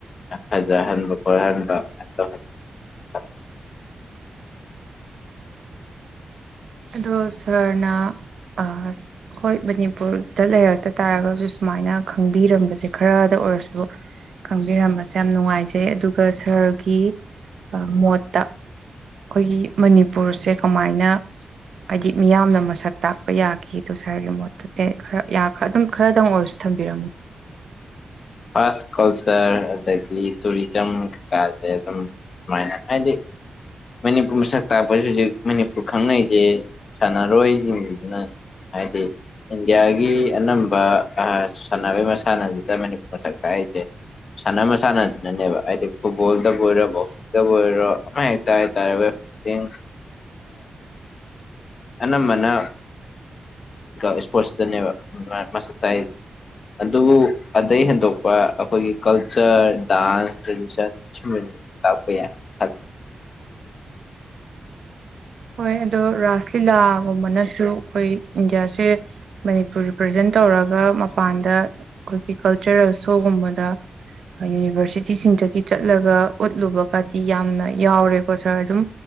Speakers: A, on the left; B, on the right.
A: ꯐꯖꯍꯟꯕ ꯈꯣꯠꯍꯟꯕ ꯑꯗꯨꯃꯥꯏꯅ ꯇꯧꯍꯜꯂꯤ
B: ꯑꯗꯣ ꯁꯥꯔꯅ ꯑꯩꯣꯏ ꯃꯅꯤꯄꯨꯔꯗ ꯂꯩꯔꯛꯇ ꯇꯥꯔꯒꯁꯨ ꯁꯨꯃꯥꯏꯅ ꯈꯪꯕꯤꯔꯝꯕꯁꯦ ꯈꯔꯗ ꯑꯣꯏꯔꯁꯨ ꯈꯪꯕꯤꯔꯝꯕꯁꯦ ꯌꯥꯝ ꯅꯨꯡꯉꯥꯏꯖꯩ ꯑꯗꯨꯒ ꯁꯔꯒꯤ ꯃꯣꯠꯇ ꯑꯩꯈꯣꯏꯒꯤ ꯃꯅꯤꯄꯨꯔꯁꯦ ꯀꯃꯥꯏꯅ ꯍꯥꯏꯗꯤ ꯃꯤꯌꯥꯝꯅ ꯃꯁꯛ ꯇꯥꯛꯄ ꯌꯥꯈꯤꯗꯣ ꯁꯥꯔꯒꯤ ꯃꯣꯠꯇ ꯈꯔꯔ ꯑꯗꯨꯝ ꯈꯔꯗꯪ ꯑꯣꯏꯔꯁꯨ ꯊꯝꯕꯤꯔꯝꯃ
A: ꯐꯥꯔꯁ ꯀꯜꯆꯔ ꯑꯗꯒꯤ ꯇꯨꯔꯤꯖꯝ ꯀꯩꯀꯥꯁꯦ ꯑꯗꯨꯝ ꯁꯨꯃꯥꯏꯅ ꯍꯥꯏꯗꯤ ꯃꯅꯤꯄꯨꯔ ꯃꯁꯛ ꯇꯥꯛꯄꯁꯤ ꯍꯧꯖꯤꯛ ꯃꯅꯤꯄꯨꯔ ꯈꯪꯅꯩꯁꯦ ꯁꯥꯟꯅꯔꯣꯏꯁꯤꯡꯗꯨꯅ ꯍꯥꯏꯗꯤ ꯏꯟꯗꯤꯌꯥꯒꯤ ꯑꯅꯝꯕ ꯁꯥꯟꯅꯔꯣꯏ ꯃꯁꯥꯟꯅꯁꯤꯗ ꯃꯅꯤꯄꯨꯔ ꯃꯁꯛ ꯇꯥꯛꯏꯁꯦ ꯁꯥꯟꯅ ꯃꯁꯥꯟꯅꯗꯨꯅꯅꯦꯕ ꯍꯥꯏꯗꯤ ꯐꯨꯠꯕꯣꯜꯗꯕꯨ ꯑꯣꯏꯔꯣ ꯕꯣꯛꯁꯤꯡꯗꯕꯨ ꯑꯣꯏꯔꯣ ꯑꯃ ꯍ ꯇꯇꯥꯔꯦ ꯋꯦꯠ ꯂꯤꯐꯇꯤꯡ ꯑꯅꯝꯕꯅ ꯏꯁꯄꯣꯔꯠꯁꯇꯅꯦꯕ ꯃꯁꯛ ꯇꯥꯛꯏꯁ ꯑꯗꯨꯕꯨ ꯑꯗꯩ ꯍꯦꯟꯗꯣꯛꯄ ꯑꯩꯈꯣꯏꯒꯤ ꯀꯜꯆꯔ ꯗꯥꯟꯁ ꯇ꯭ꯔꯦꯗꯤꯁꯟ ꯁꯨꯝ ꯇꯥꯛꯄ ꯌꯥꯏ ꯈꯂ
B: ꯍꯣꯏ ꯑꯗꯣ ꯔꯥꯁ ꯂꯤꯂꯥꯒꯨꯝꯕꯅꯁꯨ ꯑꯩꯈꯣꯏ ꯏꯟꯗꯤꯌꯥꯁꯦ ꯃꯅꯤꯄꯨꯔ ꯔꯤꯄ꯭ꯔꯖꯦꯟ ꯇꯧꯔꯒ ꯃꯄꯥꯟꯗ ꯑꯩꯈꯣꯏꯒꯤ ꯀꯜꯆꯔꯦꯜ ꯁꯣꯒꯨꯝꯕꯗ ꯌꯨꯅꯤꯚꯔꯁꯤꯇꯤꯁꯤꯡꯗꯒꯤ ꯆꯠꯂꯒ ꯎꯠꯂꯨꯕꯒꯗꯤ ꯌꯥꯝꯅ ꯌꯥꯎꯔꯦꯀꯣ ꯁꯥꯔ ꯑꯗꯨꯝ